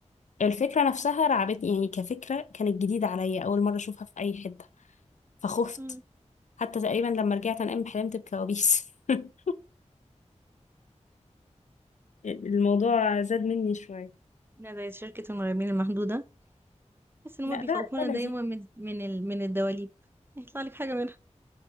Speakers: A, on the left; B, on the right.
A: الفكره نفسها رعبتني يعني كفكره كانت جديده عليا اول مره اشوفها في اي حته فخفت
B: مم.
A: حتى تقريبا لما رجعت انام حلمت بكوابيس <laughs> الموضوع زاد مني شويه
B: إنها زي شركة المرعبين المحدودة بس ان
A: لا
B: هم بيخوفونا
A: ده ده
B: دايما
A: لذيذ
B: من من ال... من الدواليب هيطلع لك حاجة منها